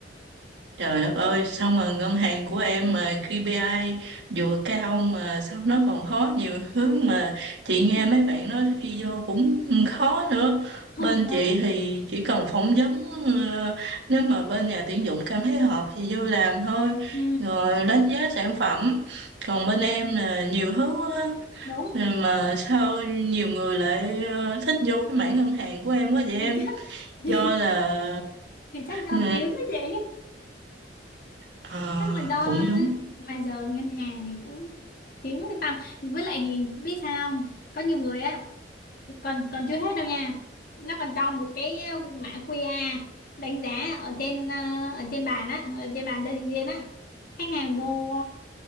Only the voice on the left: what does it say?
không,
không
nhờ.
ừ
đúng
thì chắc thì,
thì chắc do
tiếng đó chị
chắc là do
mà giờ ngân hàng thì cũng tiếng với tăm với lại thì biết sao không? có nhiều người á còn còn chưa hết đâu nha nó còn cho một cái ờ, mã QR đánh giá ở trên ờ, ở trên bàn á ở trên bàn giao dịch viên á khách hàng vô